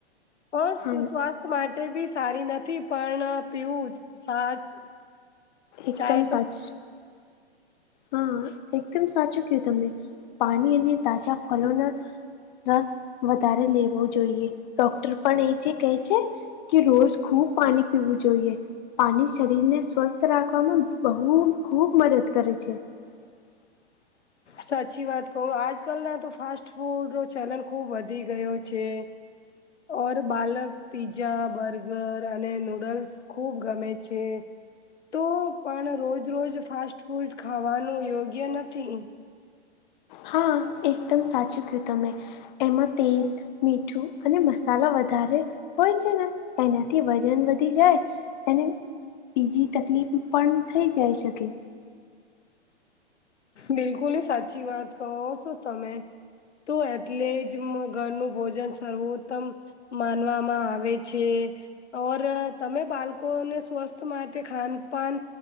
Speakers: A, on the left; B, on the left.
A: બસ
B: હા
A: સ્વાસ્થ માટે બી સારી નથી પણ પીવું સાચ
B: એકદમ
A: ચાય
B: સાચ
A: તો
B: હા એકદમ સાચું કયું તમે પાણી અને તાજા ફળના રસ વધારે લેવો જોઈએ ડોક્ટર પણ એ જે કહે છે. કે રોજ ખૂબ પાણી પીવું જોઈએ પાણી શરીર ને સ્વસ્થ રાખવાવામાં બહુ ખૂબ મદદ કરે છે. <inaudible>
A: સાચી વાત કહું આજ કલ ના તો ફાસ્ટ ફૂડ નો ચલન ખુબ વધી ગયો છે. ઓર બાલક પીઝા બર્ગર અને નુડલ્સ ખુબ ગમે છે. તો પણ રોજ રોજ ફાસ્ટ ફૂડ ખાવાનું યોગ્ય નથી
B: હા એકદમ સાચું કું તમે એમાં તેલ મીઠું અને મસાલા વધારે હોય છે ને એનાથી વજન વધી જાય અને બીજી તકલીફ પણ થઈ જાય શકે
A: બિલકુલ સાચી વાત કહો છો તમે તો એટલે જ ઘરનું ભોજન સર્વોત્તમ માનવામાં આવે છે. ઓર તમે બાળકોને સ્વસ્થ માટે ખાન પાન